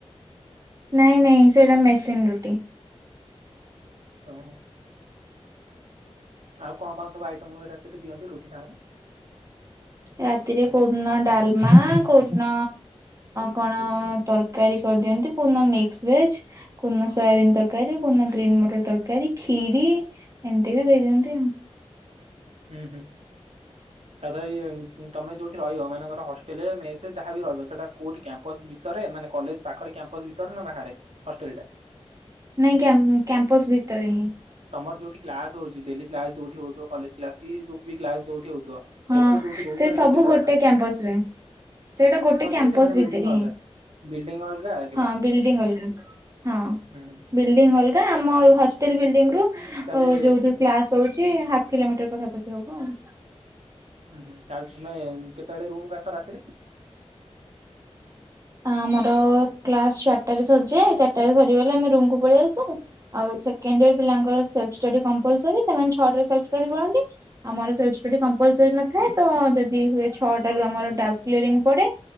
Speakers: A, on the right; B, on the right.
A: ନାଇଁ ନାଇଁ ସେଟା ମେସିନ୍ ରୁଟି।
B: ହଉ ଆଉ କଣ କଣ ସବୁ ଆଇଟମ ରାତିରେ ଦିଅନ୍ତି ରୁଟି ସାଙ୍ଗରେ?
A: ରାତିରେ କୋଉଦିନ ଡାଲମା କୋଉଦିନ କଣ ତରକାରୀ କରିଦିଅନ୍ତି କୋଉଦିନ ମିକ୍ସ ଭେଜ କୋଉଦିନ ସୋୟାବିନ୍ ତରକାରୀ କୋଉଦିନ ଗ୍ରୀନ୍ ମଟର ତରକାରୀ ଖିରି ଏମିତିକା ଦେଇଦିଅନ୍ତି ଆଉ
B: ହୁଁ ହୁଁ ତାପରେ ତମେ ଯୋଉଠି ରହିବ ମନେକର ହଷ୍ଟେଲରେ ମେଷରେ ଯାହାବି ରହିବ ସେଟା କୋଉଠି କ୍ୟାମ୍ପସ ଭିତରେ ମାନେ କଲେଜ ପାଖରେ କ୍ୟାମ୍ପସ ଭିତରେ ନା ବାହାରେ ହଷ୍ଟେଲଟା?
A: ନାଇଁ କ୍ୟାମ କ୍ୟାମ୍ପସ ଭିତରେ ହିଁ।
B: ତମର ଯୋଉଠି କ୍ଲାସ ହଉଛି ଡେଲି କ୍ଲାସ ଯୋଉଠି ହଉଥିବ କଲେଜ କ୍ଲାସ କି ଯୋଉ ବି କ୍ଲାସ ଯଉଠି ହଉଥିବ
A: ହଁ
B: ସେଠୁ ଯୋଉଠି ରହୁଛ
A: ସେ
B: ସେଟା
A: ସବୁ
B: କେତେ
A: ଗୋଟେ
B: ବାଟ
A: କ୍ୟାମ୍ପସ ରେ ସେଇଟା ଗୋଟେ କ୍ୟାମ୍ପସ
B: ରେ ସେମାନେ
A: ଭିତରେ
B: ବିଲ୍ଡିଂ ଅଲଗା
A: ହିଁ
B: ବିଲ୍ଡିଂ ଅଲଗା କେବଳ
A: ହଁ ବିଲ୍ଡିଂ ଅଲଗା ହଁ
B: ହୁଁ
A: ବିଲ୍ଡିଂ ଅଲଗା ଆମ ର ଷ୍ଟେଲ ବିଲ୍ଡିଂ ରୁ ଓ
B: ତାହେଲେ
A: ଯୋଉଠି କ୍ଲାସ ହଉଛି ହାଫ୍ କିଲୋମିଟର ପାଖାପାଖି ହବ ଆଉ
B: ହୁଁ ହୁଁ ତାହେଲେତମେ କେତେବେଳେ ରୁମକୁ ଆସ ରାତିରେ?
A: ଆମର କ୍ଲାସ ଚାରିଟା ରେ ସରିଯାଏ। ଚାରିଟା ରେ ସରିଗଲେ ଆମେ ରୁମକୁ ପଳେଇ ଆସୁ ଆଉ ସେକେଣ୍ଡିଅର ପିଲାଙ୍କର ସେଲ୍ଫ ଷ୍ଟଡି କମ୍ପଲସରୀ ସେମାନେ ଛଅଟାରେ ସେଲ୍ଫ ଷ୍ଟଡି କରନ୍ତି। ଆମର ସେଲ୍ଫ ଷ୍ଟଡି କମ୍ପଲସରୀ ନଥାଏ। ତ ଯଦି ହୁଏ ଛଅଟାରୁ ଆମର ଡାଉଟ କ୍ଳିଅରିଙ୍ଗ ପଡେ